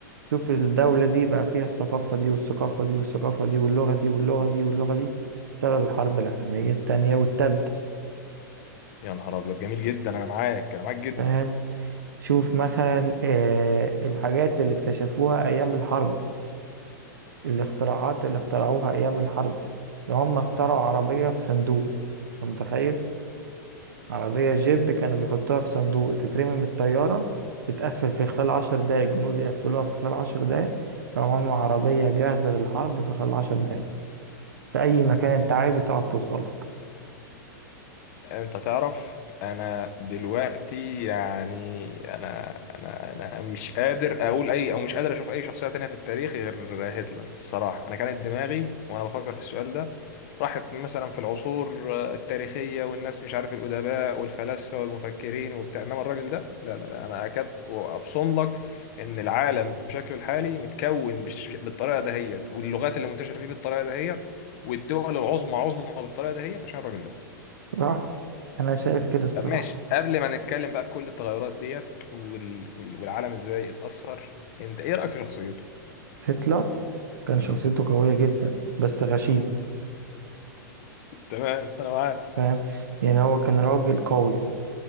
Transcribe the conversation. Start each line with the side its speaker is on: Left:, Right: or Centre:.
Right: شوف الدولة دي بقى فيها الثقافة دي والثقافة دي والثقافة دي واللغة دي واللغة دي واللغة دي بسبب الحرب العالمية التانية والتالتة
Left: يا نهار ابيض جميل جدا انا معاك انا معاك جدا
Right: فاهم شوف مثلا آه الحاجات اللي اكتشفوها أيام الحرب الاختراعات اللي اخترعوها أيام الحرب ده هم اخترعوا عربية في صندوق أنت متخيل عربية جيب كانوا بيحطوها في صندوق تترمي من الطيارة تتقفل في خلال عشر دقايق الجنود يقفلوها في خلال عشر دقايق فهم عملوا عربية جاهزة للحرب في خلال عشر دقايق في أي مكان أنت عايزه تعرف توصل لك
Left: انت تعرف انا دلوقتي يعني انا انا انا مش قادر اقول اي او مش قادر اشوف اي شخصية تانية في التاريخ غير هتلر الصراحة انا كانت دماغي وانا بفكر في السؤال ده راحت مثلا في العصور التاريخية والناس مش عارف الأدباء والفلاسفة والمفكرين وبتاع انما الراجل ده لا لا لا انا اكاد وابصم لك ان العالم بشكله الحالي متكون بش- بالطريقة دهيت واللغات اللي منتشرة فيه بالطريقة دهيت والدول العظمى عظمى بالطريقة دهيت عشان الراجل ده
Right: صح أنا شايف كده الصراحة
Left: طب ماشي قبل ما نتكلم بقى في كل التغيرات ديت وال... وال... والعالم ازاي اتأثر انت ايه رأيك في شخصيته؟
Right: هتلر كان شخصيته
Left: امم
Right: قوية جدا بس غشيم
Left: حصل تمام انا معاك
Right: فاهم يعني هو كان راجل قوي